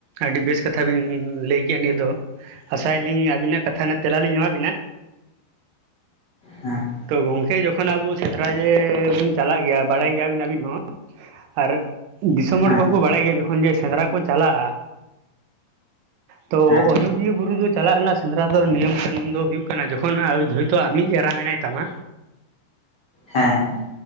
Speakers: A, on the right; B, on the left.
A: ᱟᱹᱰᱤ ᱵᱮᱥ ᱠᱟᱛᱷᱟ ᱵᱤᱱ ᱞᱟᱹᱭ ᱠᱮᱜᱼᱟ ᱱᱤᱭᱟᱹ ᱫᱚ ᱟᱥᱟᱭ ᱟᱞᱤᱧ ᱟᱹᱵᱤᱱᱟᱜ ᱠᱟᱛᱷᱟ ᱨᱮᱱᱟᱜ ᱛᱮᱞᱟᱞᱤᱧ ᱮᱢᱟᱵᱤᱱᱟ
B: ᱦᱮᱸ
A: ᱛᱚ ᱜᱚᱝᱠᱮ ᱡᱚᱠᱷᱚᱱ ᱟᱵᱚ ᱥᱮᱸᱫᱽᱨᱟ ᱡᱮ ᱵᱚᱱ ᱪᱟᱞᱟᱜ ᱜᱮᱭᱟ ᱵᱟᱲᱟᱭ ᱜᱮᱭᱟᱵᱤᱱ ᱟᱵᱤᱱ ᱦᱚᱸ ᱟᱨ ᱫᱤᱥᱟᱹᱢ
B: ᱦᱮᱸ
A: ᱦᱚᱲ ᱠᱚᱦᱚᱸ ᱠᱚ ᱵᱟᱲᱟᱭ ᱜᱮᱭᱟ ᱡᱚᱠᱷᱚᱱ ᱠᱷᱚᱱ ᱡᱮ ᱥᱮᱸᱫᱽᱨᱟ ᱠᱚ ᱪᱟᱞᱟᱜᱼᱟ ᱛᱚ
B: ᱦᱮᱸ
A: ᱚᱡᱳᱫ ᱟᱡᱚᱫᱤᱭᱟᱹ ᱵᱩᱨᱩ ᱫᱚ ᱪᱟᱞᱟᱜ ᱨᱮᱱᱟᱜ ᱥᱮᱸᱫᱽᱨᱟ ᱫᱚ ᱱᱤᱭᱚᱢ ᱠᱟᱹᱱᱩᱱ ᱫᱚ ᱦᱩᱭᱩᱜ ᱠᱟᱱᱟ ᱡᱚᱠᱷᱚᱱ ᱦᱟᱸᱜ ᱦᱳᱭᱛᱳ ᱟᱢᱤᱡ ᱮᱨᱟ ᱢᱮᱱᱟᱭ ᱛᱟᱢᱟ
B: ᱦᱮᱸ